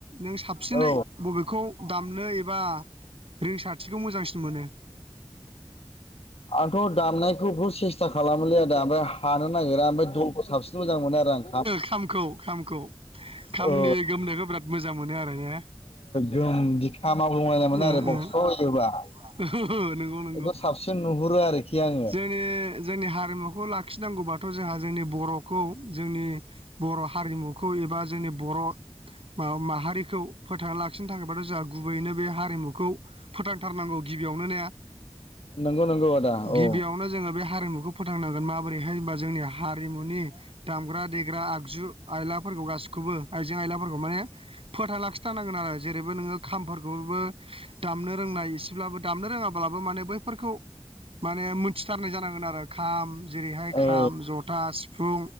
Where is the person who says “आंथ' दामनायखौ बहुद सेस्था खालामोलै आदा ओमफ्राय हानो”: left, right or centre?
Left